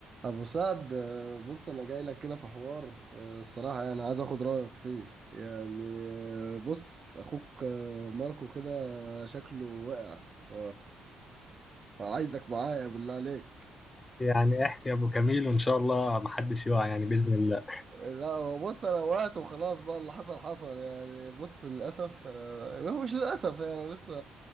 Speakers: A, on the right; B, on the left.
A: ابو سعد آه، بص انا جاي لك كده في حوار آه، الصراحه يعني عايز اخد رايك فيه يعني آه، بص اخوك آه، ماركو كده شكله وقع ف فعايزك معايا بالله عليك
B: يعني احكي يا ابو كميل وان شاء الله محدش يقع يعني باذن الله
A: لا هو بص انا وقعت وخلاص بقى اللي حصل حصل يعني بص للاسف انا هو مش للاسف يعني انا لسه